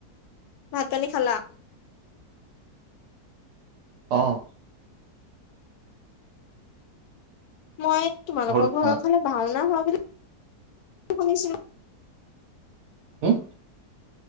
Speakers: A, on the left; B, on the right.
A: ভাত পানী খেলা।
B: অ'।
A: মই তোমালোকৰ
B: হ'ল
A: ঘৰৰ
B: খোৱা
A: ফালে ভাওনা হোৱা বুলি শুনিছিলো।
B: হম।